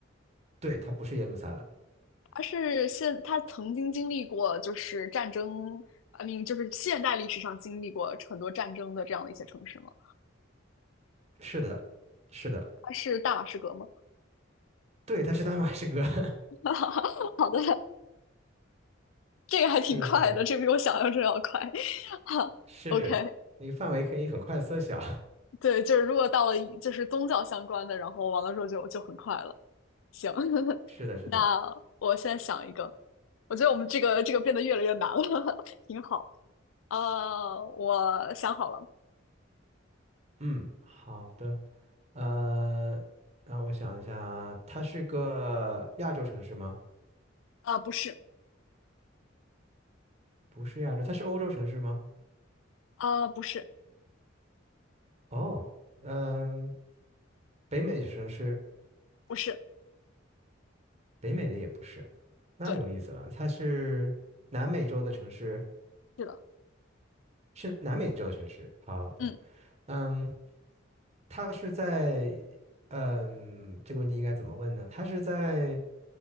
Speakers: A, on the right (about 35°); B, on the left (about 80°).
A: 对，它不是耶路撒冷。
B: 而是现它曾经经历过就是战争啊，你就是现代历史上经历过很多战争的这样的一些城市吗？
A: 是的，是的，
B: 它是大马士革吗？
A: 对，它是大马士革。<laughs>
B: <laughs> 好的，这个还挺快的，
A: 是的，是的，
B: 这比我想象中要快。哈，OK，
A: 是那个范围可以很快缩小。
B: 对，就是如果到了就是宗教相关的，然后完了之后就就很快了。行，<laughs>
A: <laughs> 是的，是的，
B: 那我现在想一个，我觉得我们这个这个变得越来越难了，<laughs> 挺好。啊，我想好了，
A: 嗯，好的，呃，让我想一下，它是个亚洲城市吗？
B: 啊，不是，
A: 不是亚洲，它是欧洲城市吗？
B: 啊，不是，
A: 哦，嗯，北美城市，
B: 不是，
A: 北美的也不是，那有意思了。
B: 对，
A: 它是南美洲的城市，
B: 是的，
A: 是南美洲的城市。好的，
B: 嗯，
A: 嗯，他是在，嗯，这个问题应该怎么问呢？他是在